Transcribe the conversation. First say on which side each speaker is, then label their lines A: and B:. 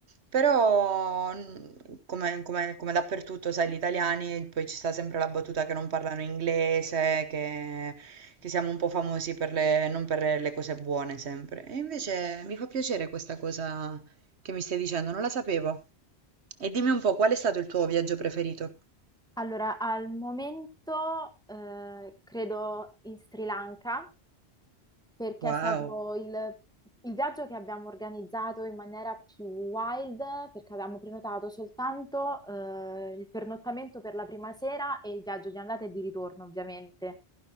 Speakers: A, on the right; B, in the centre.
A: Però, mh, come, come- come dappertutto, sai, gli italiani, poi ci sta sempre la battuta che non parlano inglese, che che siamo un po' famosi per le, non per le cose buone sempre. E invece mi fa piacere questa cosa che mi stai dicendo, non la sapevo. E dimmi un po', qual è stato il tuo viaggio preferito?
B: Allora, al momento eh, credo in Sri Lanka perché
A: Wow,
B: è stato il, il viaggio che abbiamo organizzato in maniera più wild, perché avevamo prenotato soltanto eh, il pernottamento per la prima sera e il viaggio di andata e di ritorno, ovviamente.